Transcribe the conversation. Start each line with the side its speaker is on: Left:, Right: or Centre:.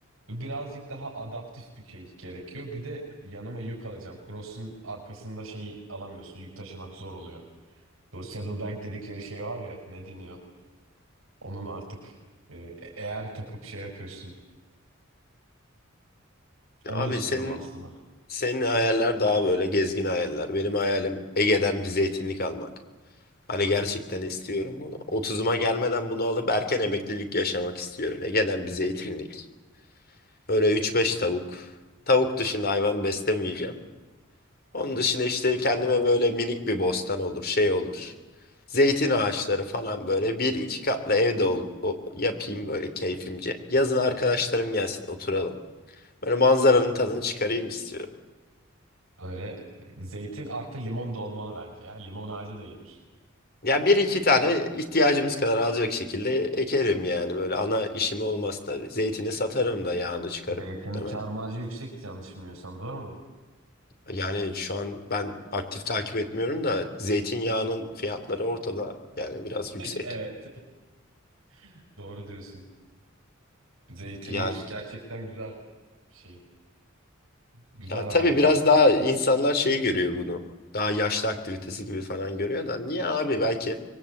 Right: Birazcık daha adaptif bir şey gerekiyor. Bir de yanıma yük alacağım. Cross'un arkasında şey alamıyorsun. Yük taşımak zor oluyor. Bu saddlebag dedikleri şey var ya ne deniyor? Onun artık e, eğer takıp şey yapıyorsun. Onu
Left: Abi
Right: istiyorum
Left: senin
Right: aslında.
Left: senin hayaller daha böyle gezgin hayaller. Benim hayalim Ege'den bir zeytinlik almak. Hani gerçekten istiyorum bunu. Otuzuma gelmeden bunu alıp erken emeklilik yaşamak istiyorum. Ege'den bir zeytinlik. Böyle üç beş tavuk. Tavuk dışında hayvan beslemeyeceğim. Onun dışında işte kendime böyle minik bir bostan olur, şey olur. Zeytin ağaçları falan böyle bir iki katlı evde ol, o- yapayım böyle keyfimce. Yazın arkadaşlarım gelsin oturalım. Böyle manzaranın tadını çıkarayım istiyorum.
Right: Böyle zeytin artı limon da olmalı bence ya. Limon ağacı da iyidir.
Left: Ya bir iki tane ihtiyacımız kadar alacak şekilde ekerim yani böyle ana işim olmaz tabii. Zeytini satarım da yağını çıkarıp
Right: Zeytin
Left: muhtemelen.
Right: kâr marjı yüksek yanlış bilmiyorsam doğru mu?
Left: Yani şu an ben aktif takip etmiyorum da zeytinyağının fiyatları ortada yani biraz
Right: <laughs>
Left: yüksek.
Right: Evet. <laughs> Doğru diyorsun. Zeytinlik
Left: Yani
Right: gerçekten güzel bir şey. Güzel
Left: Ya tabii
Right: hayal
Left: biraz
Right: ya.
Left: daha insanlar şey görüyor bunu. Daha yaşlı aktivitesi gibi falan görüyor da niye abi belki